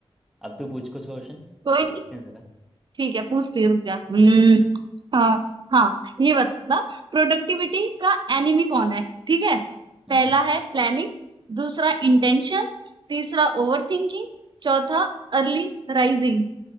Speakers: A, in the centre; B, on the right.
A: अब तू पूछ कुछ क्वेश्चन
B: कोई नहीं
A: देखते हैं
B: ठीक है पूछ ले रुक जा हम्म हाँ हाँ ये बता प्रोडक्टिविटी का एनिमी कौन है ठीक है
A: ज़रा
B: पहला है प्लानिंग दूसरा इंटेंशन तीसरा ओवर थिंकिंग चौथा अर्ली राइजिंग